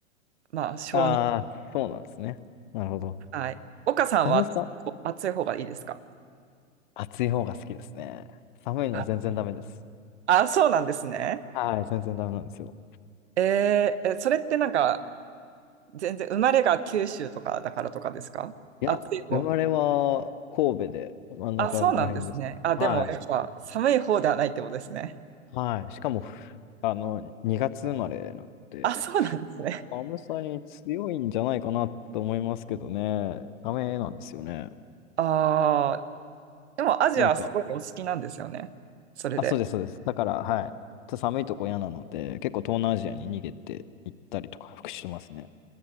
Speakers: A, on the right; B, on the left.
A: まあ、小児。
B: ああ、そうなんですね。なるほど。
A: はい。岡さんは
B: 寒さ、
A: 暑い方がいいですか
B: 暑い方が好きですね。寒いのは全然ダメです。
A: はいあ、そうなんですね。
B: はい、全然ダメなんですよ。
A: えーえ、それってなんか、全然生まれが九州とかだからとかですか暑い方。
B: いや、生まれは神戸で、真ん中らへんですけど。
A: あ、そうなんですね。あ、
B: はい。
A: でもやっぱ寒い方ではないってことですね。
B: はい。しかも、ふあの、2月生まれなんで、
A: あ、そうなんですね。
B: アムサに強いんじゃないかなと思いますけどね。ダメなんですよね。
A: ああ、でもアジアはすごいお好きなんですよね。
B: なんか、
A: それで。
B: あ、そうです、そうです。だから、はい。ちょっと寒いとこ嫌なので、結構東南アジアに逃げて行ったりとか、復してますね。